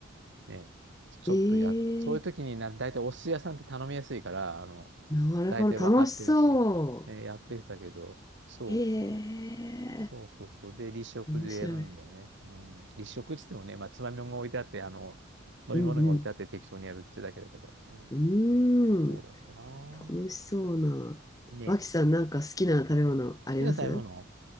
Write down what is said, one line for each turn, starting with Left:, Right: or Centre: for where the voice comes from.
Right: ね、ちょっとや、
Left: ええ
Right: そういう時にな、大体お寿司屋さんって頼みやすいから、あの、
Left: なるほど、
Right: 大体分かってるし、
Left: 楽しそ
Right: えーやってたけど、そう、
Left: う。
Right: そうそうそう。
Left: ええ
Right: で、立食でやるんだよね。
Left: 面白い。
Right: うん。立食っつってもね、まあ、つまみもんが置いてあって、あの、飲み物が置いてあって適当にやるってだけだけど。
Left: うん
Right: うん。
Left: うん。
Right: そうだったなぁ。
Left: うーん、楽しそうな。
Right: ね。
Left: 脇さん、なんか好きな食べ物あります
Right: 好きな食べ物